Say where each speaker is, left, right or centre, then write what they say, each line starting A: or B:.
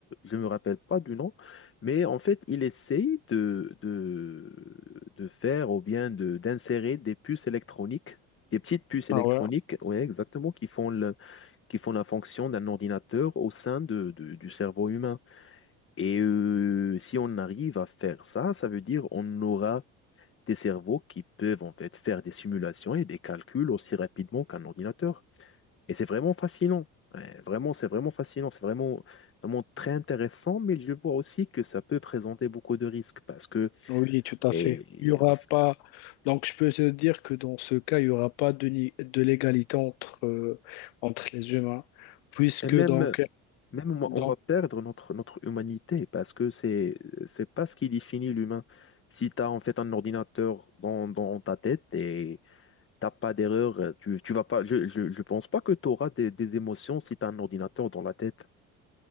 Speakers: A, on the left; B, on the left.
A: ne me rappelle pas du nom, mais en fait, il essaye de, de, de faire ou bien de, d'insérer des puces électroniques, des petites puces électroniques,
B: Ah ouais,
A: ouais, exactement, qui font le qui font la fonction d'un ordinateur au sein de, de- du cerveau humain. Et euh, si on arrive à faire ça, ça veut dire on aura des cerveaux qui peuvent en fait faire des simulations et des calculs aussi rapidement qu'un ordinateur. Et c'est vraiment fascinant. Ouais, vraiment, c'est vraiment fascinant. C'est vraiment, vraiment très intéressant, mais je vois aussi que ça peut présenter beaucoup de risques parce que,
B: oui, tout à
A: et,
B: fait. Il y aura
A: et en f-
B: pas. Donc, je peux te dire que dans ce cas, il y aura pas de, ni- de l'égalité entre, euh, entre les humains, puisque
A: et même,
B: donc.
A: Même moi,
B: donc
A: on va perdre notre, notre humanité parce que c'est, c'est pas ce qui définit l'humain. Si tu as en fait un ordinateur dans, dans ta tête et t'as pas d'erreur, euh, tu, tu vas pas, je, je, je pense pas que tu auras des, des émotions si tu as un ordinateur dans la tête.